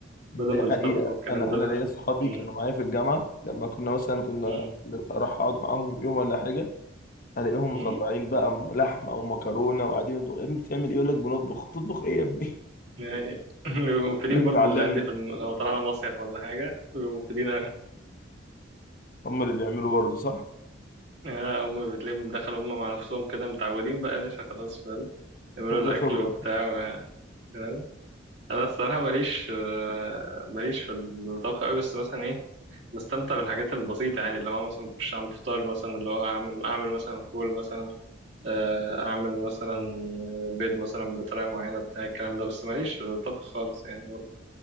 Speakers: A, on the left (about 45°); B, on the right (about 60°).
A: دي
B: منهم الطبخ
A: حقيقة
B: والكلام
A: أنا
B: ده
A: أنا ليا أصحابي
B: مم.
A: كانوا معايا في الجامعة لما كنا مثلا كنا
B: مم.
A: أروح أقعد معاهم يوم ولا حاجة ألاقيهم
B: مم.
A: مطلعين بقى م- لحمة أو مكرونة وقاعدين يطبخوا يا ابني بتعمل إيه؟ يقول لك بنطبخ تطبخ إيه يا ابني؟ <laughs>
B: يعني <laughs> بيبقوا مفيدين
A: يقول لك
B: برضو
A: اتعلمنا
B: للعيال دي في الم... لو طلعنا مصيف ولا حاجة بيبقوا مفيدين
A: هم اللي بيعملوا برضه صح؟
B: آه، هما بتلاقيهم دخلوا هما مع نفسهم كده متعودين بقى يا باشا خلاص فاهم يعملوا
A: خدوا
B: الأكل
A: خبرة
B: وبتاع و- فاهم أنا الصراحة ماليش آه، ماليش في الطبخ أوي بس مثلا إيه بستمتع بالحاجات البسيطة يعني اللي هو مثلا بخش أعمل فطار مثلا اللي هو أعمل أعمل مثلا فول مثلا آه، أعمل مثلا بيض مثلا بطريقة معينة بتاع الكلام ده بس ماليش في الطبخ خالص يعني برضه